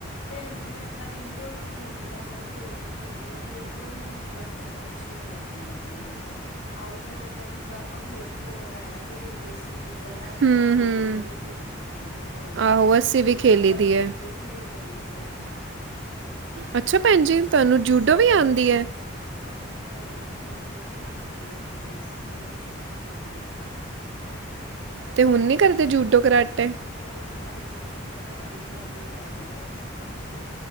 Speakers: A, on the left; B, on the right.
A: ਭੈਣ ਜੀ ਮੈਂ ਤਾਂ ਇੰਡੋਰ ਵੀ ਖੇਲੀ ਆ ਆਊਟਡੋਰ ਵੀ ਖੇਲੀ ਆ ਦੋਨੋਂ ਹੀ ਮੈਨੂੰ ਬੜੀਆਂ ਅੱਛੀਆਂ ਲੱਗ ਦੀਆਂ ਗੇਮਸ। ਆਊਟਡੋਰ ਤਾਂ ਜਿੱਦਾਂ ਆਪਾਂ ਖੋ-ਖੋ ਵਗੈਰਾ ਖੇਡਦੇ ਸੀਗੇ, ਬੜਾ ਅੱਛਾ
B: ਹੂੰ
A: ਫਿਜ਼ੀਕਲੀ
B: ਹੂੰ
A: ਫਿਟ ਰਹਿੰਦਾ ਬੰਦਾ
B: ਆਹੋ ਅਸੀਂ ਵੀ
A: ਜਾਂ
B: ਖੇਲੀ
A: ਆਪਾਂ
B: ਦੀ
A: ਜੂਡੋ
B: ਹੈ
A: ਖੇਲ ਲੈਂਨੇ ਆ।
B: ਅੱਛਾ ਭੈਣ
A: ਇਨ
B: ਜੀ, ਤੁਹਾਨੂੰ ਜੂਡੋ ਵੀ
A: ਰਨਿੰਗ
B: ਆਉਂਦੀ ਹੈ?
A: ਹਾਂਜੀ ਭੈਣ ਜੀ, ਜੁੱਡੋ ਛੋਟੇ ਹੁੰਦੇ ਖੇਡਦੇ ਸੀ, ਬੜੇ ਫਿੱਟ ਰਹਿੰਦੇ ਸੀ।
B: ਤੇ ਹੁਣ ਨੀ ਕਰਦੇ ਜੂਡੋ ਕਰਾਟੇ।
A: ਨਹੀਂ ਭੈਣ ਜੀ, ਹੁਣ ਤਾਂ ਪੜ੍ਹਾਈ ਕਰਨੀ ਪੈ ਰਹੀ ਹੈ, ਇਸ ਕਰਕੇ।